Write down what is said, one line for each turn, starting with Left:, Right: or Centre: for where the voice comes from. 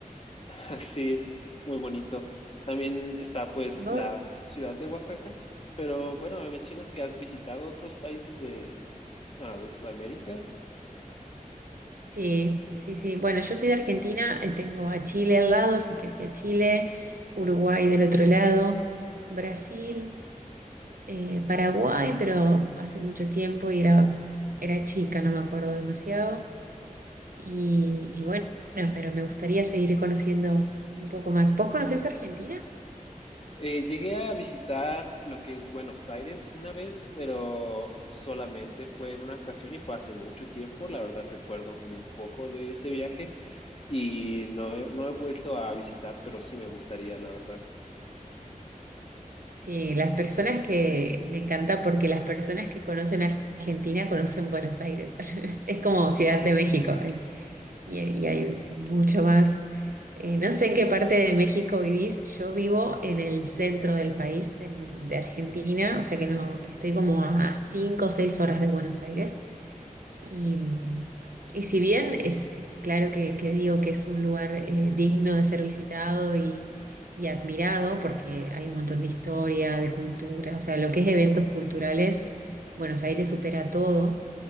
Left: <laughs> así es muy bonito. También está pues
Right: ¿Y vos?
Left: la ciudad de Oaxaca, pero bueno, me mencionas que has visitado otros países de, ah, de Sudamérica,
Right: Sí, sí, sí. Bueno, yo soy de Argentina, eh, tengo a Chile al lado, así que fui a Chile, Uruguay del otro lado, Brasil, eh, Paraguay, pero hace mucho tiempo y era, era chica, no me acuerdo demasiado. Y, y bueno, pero me gustaría seguir conociendo un poco más. ¿Vos conocés Argentina?
Left: Eh, llegué a visitar lo que es Buenos Aires una vez, pero solamente fue en una ocasión y fue hace mucho tiempo. La verdad recuerdo muy poco de ese viaje y no, no he vuelto a visitar, pero sí me gustaría, la verdad.
Right: Sí, las personas que me encanta porque las personas que conocen Argentina conocen Buenos Aires. <laughs> Es como Ciudad de México. ¿eh? Y, y hay mucho más. Eh, no sé en qué parte de México vivís. Yo vivo en el centro del país, en- de Argentina, o sea que no, estoy como a cinco o seis horas de Buenos Aires. Y, y si bien es claro que, que digo que es un lugar eh, digno de ser visitado y, y admirado, porque hay un montón de historia, de cultura, o sea, lo que es eventos culturales, Buenos Aires supera todo,